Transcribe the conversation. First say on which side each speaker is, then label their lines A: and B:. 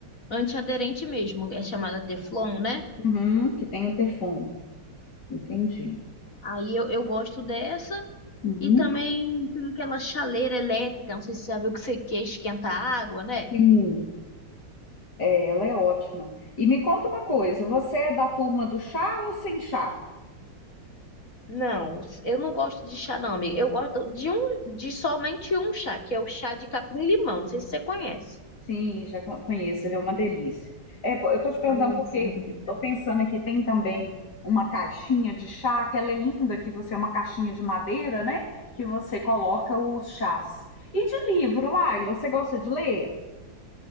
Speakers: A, on the left (about 45°); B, on the left (about 65°).
A: antiaderente mesmo, é chamada Teflon, né?
B: Uhum, que tem o Teflon, entendi.
A: Aí eu, eu gosto dessa
B: Uhum,
A: e também tem aquela chaleira elétrica, não sei se você já viu que você quer esquentar água, né?
B: sim, é, ela é ótima. E me conta uma coisa, você é da turma do chá ou sem chá?
A: Não, eu não gosto de chá não, amiga. Eu gosto de um, de somente um chá, que é o chá de capim-limão, não sei se você conhece.
B: Sim, já co- conheço, ele é uma delícia. É, pô, eu tô te perguntando
A: Nossa,
B: porque
A: muito bom.
B: tô pensando aqui, tem também uma caixinha de chá, aquela é linda que você é uma caixinha de madeira, né? Que você coloca os chás. E de livro, Laila, você gosta de ler?